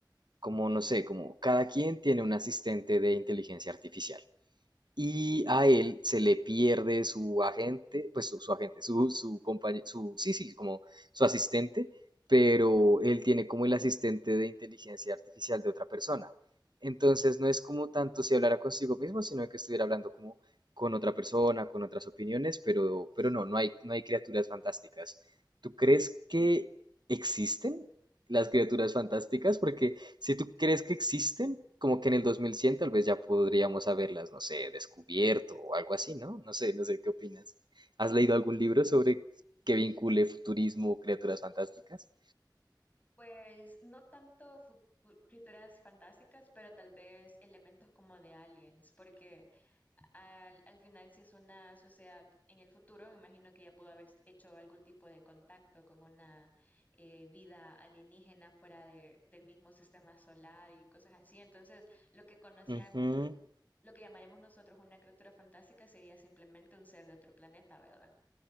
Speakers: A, on the right (about 70°); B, on the left (about 20°).
A: como
B: Mm.
A: no sé, como cada quien tiene un asistente de inteligencia artificial. Y a él se le pierde su agente, pues su, su agente, su, su compañero, su, sí, sí, como su asistente, pero él tiene como el asistente de inteligencia artificial de otra persona. Entonces no es como tanto si hablara consigo mismo, sino que estuviera hablando como con otra persona, con otras opiniones, pero, pero no, no hay, no hay criaturas fantásticas. ¿Tú crees que existen las criaturas fantásticas? Porque si tú crees que existen, como que en el 2100 tal vez ya podríamos haberlas, no sé, descubierto o algo así, ¿no? No sé, no sé qué opinas. ¿Has leído algún libro sobre que vincule futurismo o criaturas fantásticas?
B: Pues no tanto fu- fu- criaturas fantásticas, pero tal vez elementos como de aliens, porque al, al final si es una sociedad en el futuro, me imagino que ya pudo haber hecho algún tipo de contacto con una eh, vida alienígena fuera de- del mismo sistema solar y cosas así. Entonces, lo que conocía,
A: Ujú.
B: lo que, lo que llamaremos nosotros una criatura fantástica sería simplemente un ser de otro planeta, ¿verdad?